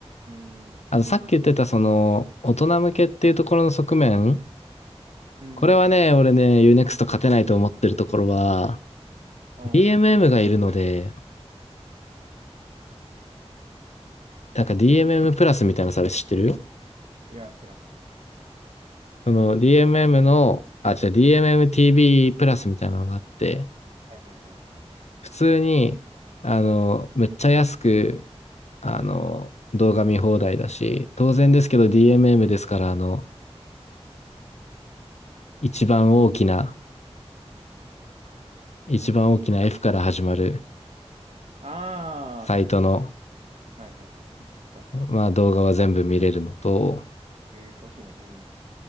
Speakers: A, on the right; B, on the left.
A: うーん、
B: あの、さっき言ってたその、大人向けっていうところの側面
A: うん、
B: これはね、俺ね、u n ク x ト勝てないと思ってるところは、
A: うん。
B: DMM がいるので、なんか DMM プラスみたいなサービス知ってる
A: いや、知らん。
B: その DMM の、あ、違う、DMMTV プラスみたいなのがあって、
A: はいはいはい。
B: 普通に、あの、めっちゃ安く、あの、
A: うん。
B: 動画見放題だし、当然ですけど DMM ですから、あの、一番大きな、一番大きな F から始まる
A: ああ、
B: サイトの、
A: はい。はいはい。<laughs> 草。
B: まあ動画は全部見れるのと、
A: えー、詳しいね。うん。